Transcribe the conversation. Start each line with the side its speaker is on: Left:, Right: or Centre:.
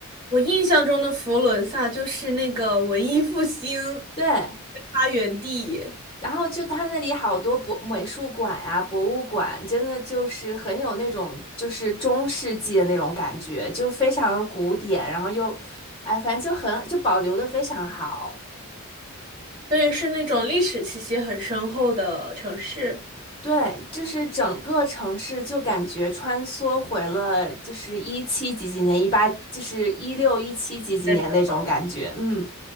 Right: 我印象中的佛罗伦萨就是那个文艺复兴
Left: 对。
Right: 发源地，
Left: 然后就他那里好多博美术馆呀、博物馆，真的就是很有那种就是中世纪的那种感觉，就非常的古典，然后又，哎，反正就很就保留的非常好。
Right: 所以是那种历史气息很深厚的城市。
Left: 对，就是整个城市就感觉穿梭回了就是一七几几年、一八就是一六一七几几年那种感觉，
Right: 的时候，
Left: 嗯